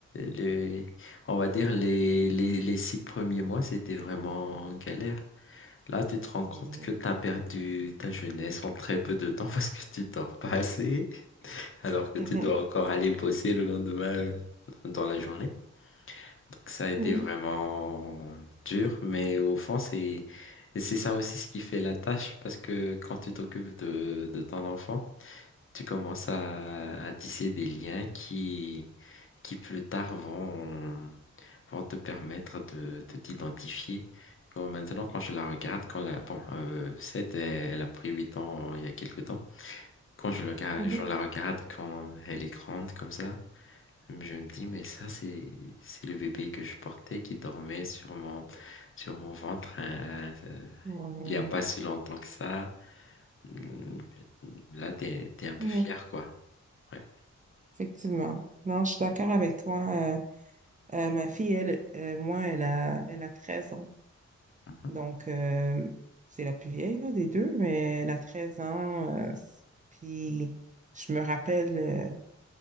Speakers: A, on the left; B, on the right.
A: les on va dire les les les six premiers mois c'était vraiment galère. Là, tu te rends compte
B: Oui.
A: que tu as perdu ta jeunesse en très peu de temps <laughs> parce que tu dors pas assez, alors que
B: Mhm.
A: tu dois encore aller bosser le lendemain euh, dans la journée. Donc ça a été
B: Oui.
A: vraiment dur, mais au fond, c'est c'est ça aussi ce qui fait la tâche, parce que quand tu t'occupes de, de ton enfant, tu commences à, à tisser des liens qui, qui plus tard vont, vont te permettre de, de t'identifier. Quand- maintenant, quand je la regarde, quand la, bon, euh, cette, elle, elle a pris 8 ans il y a quelque temps. Quand je, le, regarde-
B: Mhm.
A: je la regarde, quand elle est grande comme ça, je me dis, mais ça, c'est, c'est le bébé que je portais qui dormait sur mon, sur mon ventre. hein, euh,
B: Ouais.
A: il n'y a pas si longtemps que ça. Mm, Là, t'es, t'es un peu
B: Mhm.
A: fier, quoi. Ouais.
B: Effectivement. Non, je suis d'accord avec toi. euh, Euh, ma fille, elle, euh, moi, elle a, elle a 13 ans.
A: Mhm,
B: Donc, euh, c'est la plus vieille là, des deux, mais elle a 13 ans. euh, s- puis, je me rappelle, euh,